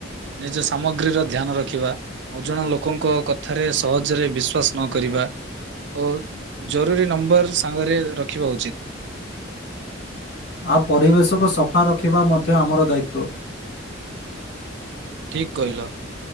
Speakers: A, on the right (about 60°); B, on the left (about 40°).
A: ନିଜ ସାମଗ୍ରୀର ଧ୍ୟାନ ରଖିବା। ଅଜଣା ଲୋକଙ୍କ କଥାରେ ସହଜରେ ବିଶ୍ଵାସ ନକରିବା। ଓ ଜରୁରୀ ନମ୍ବର ସାଙ୍ଗରେ ରଖିବା ଉଚିତ।
B: ଆଉ ପରିବେଶକୁ ସଫା ରଖିବା ମଧ୍ୟ ଆମର ଦାୟିତଵ।
A: ଠିକ୍ କହିଲ